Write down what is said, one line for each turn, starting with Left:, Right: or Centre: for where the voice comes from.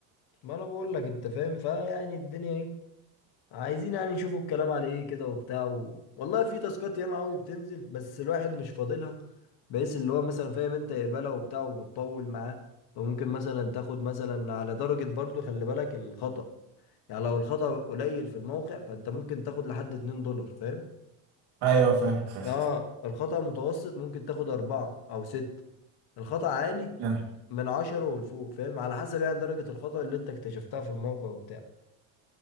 Left: ما انا بقول لك انت فاهم فيعني الدنيا ايه عايزين يعني نشوفوا الكلام على ايه كده وبتاع و... والله في تاسكات ياما قوي بتنزل بس الواحد مش فاضلها بحيث اللي هو مثلا فاهم انت يقبلها وبتاع وبتطول معاه فممكن مثلا تاخد مثلا على درجة برضو خلي بالك الخطأ يعني لو الخطأ قليل في الموقع فانت ممكن تاخد لحد 2 دولار فاهم
Right: ايوه فاهم فاهم
Left: اه الخطأ متوسط ممكن تاخد أربعة أو ستة الخطأ عالي
Right: نعم.
Left: من عشرة ولفوق فاهم على حسب يعني درجة الخطأ اللي انت اكتشفتها في الموقع وبتاع